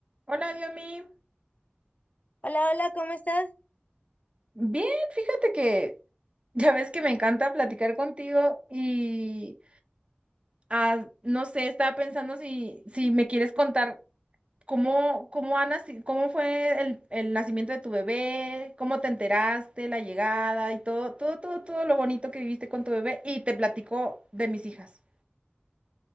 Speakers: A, on the right; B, on the left.
A: Hola, Diomi.
B: Hola, hola, ¿cómo estás?
A: Bien, fíjate que <laughs> ya ves que me encanta platicar contigo y ah, no sé, estaba pensando si, si me quieres contar cómo, cómo, ha naci- cómo fue el, el nacimiento de tu bebé, cómo te enteraste, la llegada y todo, todo, todo, todo lo bonito que viviste con tu bebé y te platico de mis hijas.